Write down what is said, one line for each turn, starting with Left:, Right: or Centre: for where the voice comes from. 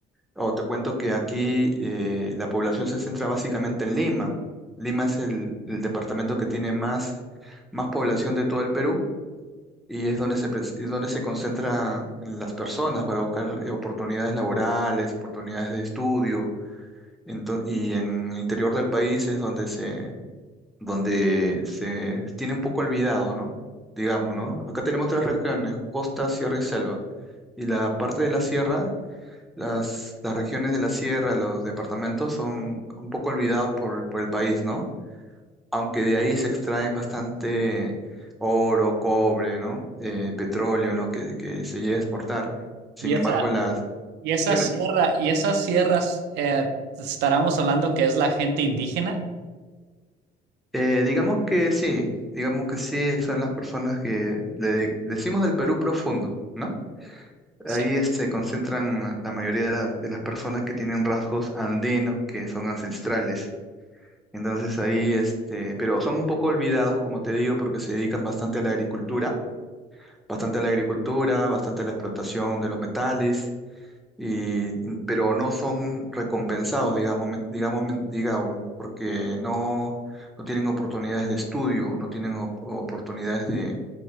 Centre: o te cuento que aquí eh, la población se centra básicamente en Lima. Lima es el, el departamento que tiene más, más población de todo el Perú y es donde se, pres- es donde se concentran las personas para buscar eh, oportunidades laborales, oportunidades de estudio. Ento- y en el interior del país es donde se donde se tiene un poco olvidado, ¿no? Digamos, ¿no? Acá tenemos tres regiones, costa, sierra y selva. Y la parte de la sierra, las, las regiones de la sierra, los departamentos son un poco olvidados por, por el país, ¿no? Aunque de ahí se extraen bastante oro, cobre, ¿no? Eh, petróleo, ¿no? Que, que se llega a exportar. Sin
Right: Y esa,
Centre: embargo, las...
Right: y esa
Centre: Dime,
Right: sierra, y esas sierras, eh, estaremos hablando que es la gente indígena.
Centre: eh, digamos que sí, digamos que sí, son las personas que le de- decimos del Perú profundo, ¿no?
Right: Sí.
Centre: Ahí eh, se concentran la mayoría de, las de las personas que tienen rasgos andinos, que son ancestrales. Entonces ahí, este, pero son un poco olvidados, como te digo, porque se dedican bastante a la agricultura, bastante a la agricultura, bastante a la explotación de los metales, y, y- pero no son recompensados, digamos, me- digamos, me- digamos, porque no, no tienen oportunidades de estudio, no tienen op- oportunidades de,